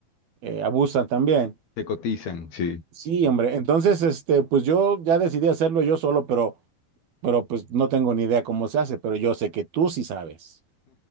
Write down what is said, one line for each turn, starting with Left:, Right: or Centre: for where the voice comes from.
Right: eh, abusan también.
Left: Te cotizan, sí.
Right: Sí, hombre. Entonces, este, pues yo ya decidí hacerlo yo solo, pero, pero pues no tengo ni idea cómo se hace, pero yo sé que tú sí sabes.